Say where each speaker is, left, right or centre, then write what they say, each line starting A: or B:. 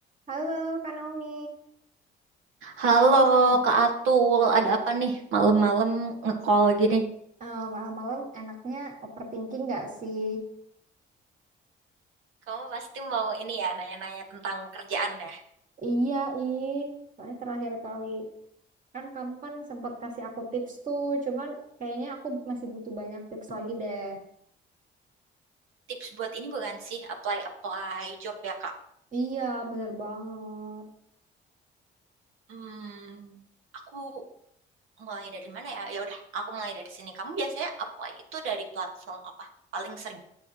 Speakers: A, on the right; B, on the right.
A: Halo, Kak Naomi.
B: Halo Kak Atul, ada apa nih malam-malam nge-call gini?
A: Eh, malam-malam enaknya overthinking nggak sih?
B: Kamu pasti mau ini ya, nanya-nanya tentang kerjaan ya.
A: <laughs> Iya, ih. Soalnya terakhir kali kan kamu kan sempat kasih aku tips tuh, cuman kayaknya aku masih butuh banyak tips lagi deh.
B: Tips buat ini bukan sih, apply-apply job ya, Kak?
A: Iya, bener banget.
B: Hmm, aku mulai dari mana ya? Ya udah, aku mulai dari sini. Kamu biasanya apply itu dari platform apa? Paling sering.